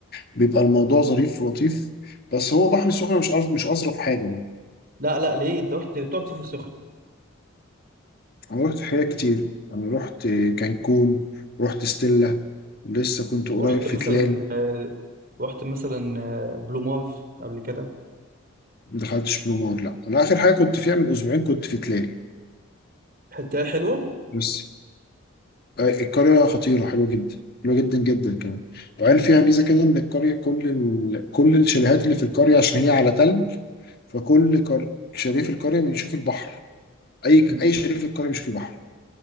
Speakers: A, on the left (about 45°); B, on the right (about 45°).
A: بيبقى الموضوع ظريف ولطيف بس هو بحر السخنه مش أظ- مش اظرف حاجه بقى.
B: لا لا ليه انت رحت بتقعد في السخنة
A: انا رحت حاجات كتير انا رحت كانكون رحت ستيلا لسه كنت قريب
B: رحت
A: في
B: مثلا
A: تلال
B: آه، رحت مثلا آه، بلومار قبل كده
A: ما دخلتش بلو مار لا انا اخر حاجه كنت فيها من اسبوعين كنت في تلال
B: حتة حلوة
A: بس آه، القريه خطيره حلوه جدا حلوه جدا جدا كمان وقال فيها ميزه كده ان القريه كل ال... كل الشاليهات اللي في القريه عشان هي على تل فكل قر... شريف القرية بيشوف البحر أي
B: مم.
A: أي شريف القرية بيشوف البحر